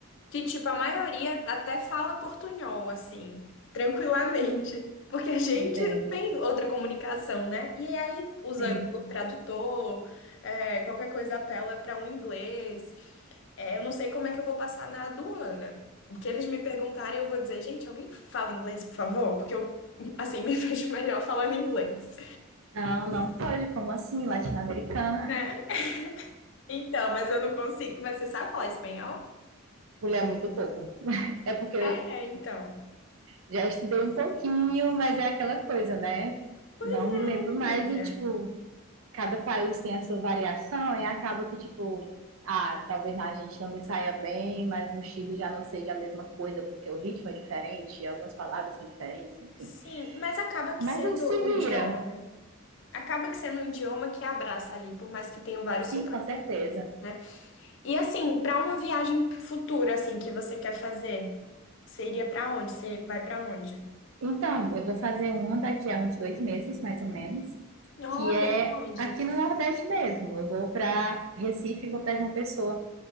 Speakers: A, on the left; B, on the right.
A: que, tipo, a maioria até fala portunhol, assim, tranquilamente. Porque a gente
B: entende?
A: não tem outra comunicação, né? E aí usa
B: Sim.
A: o tradutor, é, qualquer coisa apela para um inglês. É, eu não sei como é que eu vou passar na aduana. O que eles me perguntarem, eu vou dizer, gente, alguém fala inglês, por favor? Porque eu, assim, <laughs> me vejo melhor falando inglês,
B: Não, não pode, como assim? Latino-americana?
A: né? Então, mas eu não consigo. Mas você sabe falar espanhol?
B: Mulher, muito pouco. É porque
A: É, então.
B: eu já estudei um pouquinho, mas é aquela coisa, né?
A: Pois
B: Não me lembro
A: é,
B: mais
A: menina.
B: e, tipo, cada país tem a sua variação, e acaba que, tipo, ah, talvez na Argentina não me saia bem, mas no Chile já não seja a mesma coisa, porque o ritmo é diferente, algumas palavras são diferentes, enfim.
A: Sim, mas acaba que
B: Mas
A: sendo
B: a gente se
A: o
B: vira,
A: idioma, né? Acaba que sendo o idioma que abraça ali, por mais que tenham vários
B: sim,
A: sotaques,
B: com certeza.
A: né? E assim, para uma viagem futura, assim, que você quer fazer, você iria para onde? Você vai para onde?
B: Então, eu vou fazer uma daqui a uns dois meses, mais ou menos,
A: Olha,
B: que é
A: pra onde?
B: aqui no Nordeste mesmo. Eu vou para Recife e vou para João Pessoa,